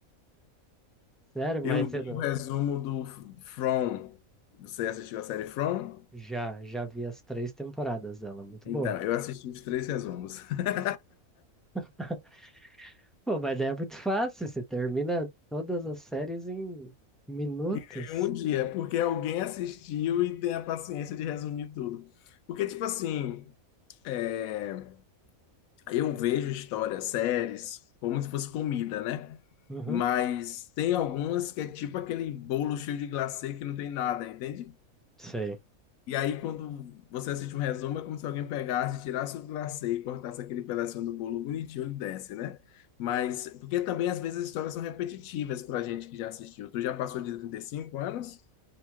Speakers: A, in the centre; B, on the left.
A: Sério, mas
B: Eu vi
A: eu não.
B: o resumo do F- From. Você assistiu a série From?
A: Já, já vi as três temporadas dela, muito
B: Então,
A: boa.
B: eu assisti os três resumos. <laughs>
A: <laughs> Pô, mas daí é muito fácil, você termina todas as séries em minutos.
B: Em um dia, porque alguém assistiu e tem a paciência de resumir tudo. Porque, tipo assim. é, eu vejo histórias, séries, como se fosse comida, né?
A: Uhum,
B: Mas tem algumas que é tipo aquele bolo cheio de glacê que não tem nada, entende?
A: sei.
B: E aí, quando você assiste um resumo, é como se alguém pegasse, tirasse o glacê e cortasse aquele pedacinho do bolo bonitinho e desse, né? Mas, porque também às vezes as histórias são repetitivas pra gente que já assistiu. Tu já passou de 35 anos?